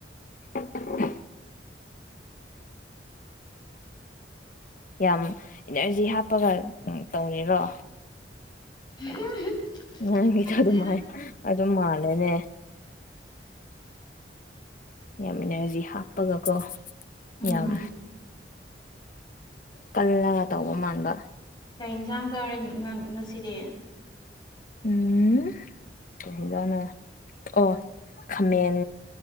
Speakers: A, on the left; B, on the left.
A: <inaudible> ꯌꯥꯝ ꯏꯅꯔꯖꯤ ꯍꯥꯞꯄꯒ ꯇꯧꯔꯤꯔꯣ
B: <unintelligible>
A: ꯅꯪꯒꯤꯗꯣ
B: ꯈꯪꯗꯦꯗ
A: ꯑꯗꯨꯃꯥꯏ ꯑꯗꯨꯝ ꯃꯥꯜꯂꯦꯅꯦ ꯌꯥꯝ ꯏꯅꯔꯖꯤ ꯍꯥꯞꯄꯒꯀꯣ
B: ꯎꯝ
A: ꯌꯥꯝ ꯀꯜꯂꯒ ꯇꯧꯕ ꯃꯥꯟꯕ
B: ꯀꯔꯤ ꯌꯦꯟꯁꯥꯡ ꯆꯥꯔꯦ ꯉꯁꯤꯗꯤ
A: ꯎꯝ ꯀꯖꯎꯅ ꯑꯣ ꯈꯥꯃꯦꯟ